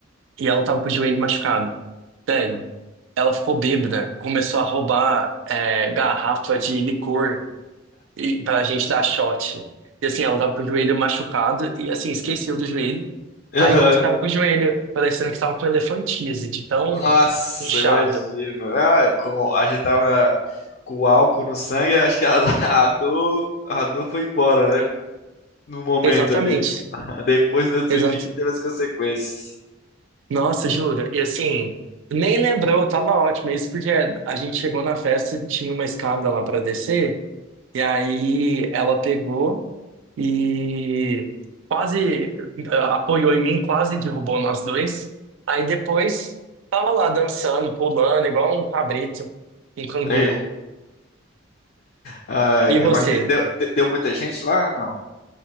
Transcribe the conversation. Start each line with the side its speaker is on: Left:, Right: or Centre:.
Right: e ela tava com o joelho machucado. Velho, ela ficou bêbada, começou a roubar é, garrafa de licor e pra gente dar shot. E assim, ela tava com o joelho machucado e assim, esqueceu do joelho.
Left: Aham.
Right: Aí ontem tava com o joelho, parecendo que tava com elefantise, de tão
Left: Nossa,
Right: inchado.
Left: imagino. Ah, com, a gente tava com álcool no sangue, acho que a, <laughs> a dor, a dor foi embora, né? no momento
Right: Exatamente.
Left: ali. <laughs> Depois, no outro
Right: Exato.
Left: dia, que teve as consequências.
Right: Nossa, juro. E assim, nem lembrou, tava ótimo. Isso porque a gente chegou na festa, tinha uma escada lá pra descer, e aí ela pegou. e quase eh, apoiou em mim, quase derrubou nós dois. Aí depois tava lá dançando, pulando, igual um cabrito, um canguru.
Left: É. Ai,
Right: E
Left: cara,
Right: você?
Left: mas de- deu, de- deu muita gente lá? Não.